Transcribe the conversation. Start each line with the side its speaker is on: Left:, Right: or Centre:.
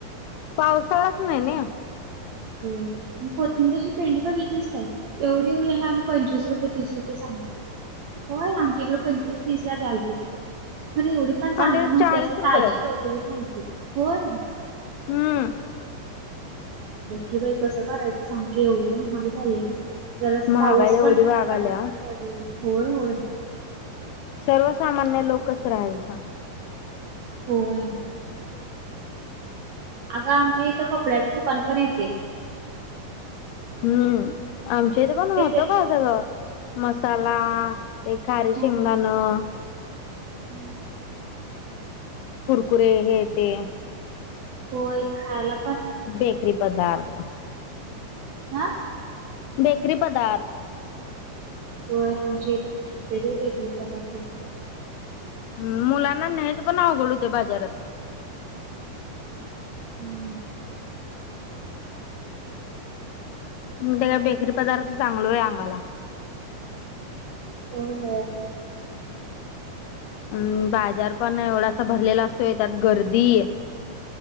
Left: पावसाळाच नाहीनी
Right: हो कोथिंगरची पेंडी बघितलीच काय एवढी एवढी हाय आणि पंचवीस रुपये तीस रुपये सांगत्यात व्हय आमच्या इकडे पंचवीस रूपये तिसला द्यालतीत खर एवढी पण चांगली
Left: आमच्याकडे
Right: नव्हती
Left: चाळीस
Right: असं
Left: रुपये
Right: ताजी टोटवीत नव्हती होय
Left: हम्म
Right: बक्की बाई कसं करायचं सांग क एवढं महाग झालंय जर अस
Left: महागाई
Right: पाऊस
Left: एवढी
Right: पण
Left: वागाल्या
Right: पडन्यासारक पाहिजे कि होय होय
Left: सर्वसामान्य लोकच कस राहाच सांग
Right: होय अगं आमच्या इथं कपड्याच दुकान पण येतेय
Left: हम्म आमच्या इथ पण होत
Right: येतंय?
Left: का स मसाला प्ला ते खारीे
Right: हा
Left: शेंगदाणं
Right: हा.
Left: कुरकुरे हे ते
Right: होय खयला
Left: बेकरी पदार्थ
Right: आ
Left: बेकरी पदार्थ
Right: व्हय आमच्या इथं पण येतय बाई बेकरी पदार्थ
Left: हम् मुलांना व्हायचं पण अवघड होतय बाजारात
Right: हम्म
Left: म बेकरी पदार्थ चांगल व्हय आंगाला
Right: होय होय
Left: अं बाजार पण एवढासा भरलेला असतोय त्यात गर्दी